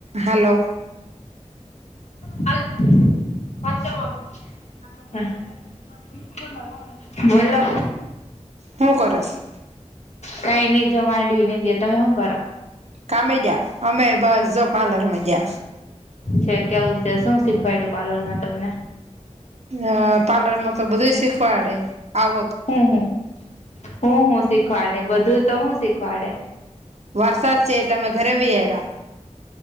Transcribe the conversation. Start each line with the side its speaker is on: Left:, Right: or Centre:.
Right: હલો.
Left: <unintelligible> બોલો બોલો.
Right: હું કરસ
Left: કઈ નહી જો માંડવી નેંદીય તમે હું કરો.
Right: કામે ગયા અમે બસ જો પાર્લરમાં ગયા.
Left: છે કેવું છે શું શીખવાડું પાર્લરમાં તમને.
Right: હા પાર્લરમાં તો બધું શીખવાડે આવ
Left: હમ, હમ, હું, હું શીખવાડે બધું તો શું શીખવાડે.
Right: વરસાદ છે એટલે અમે ઘરે વહી આવ્યા.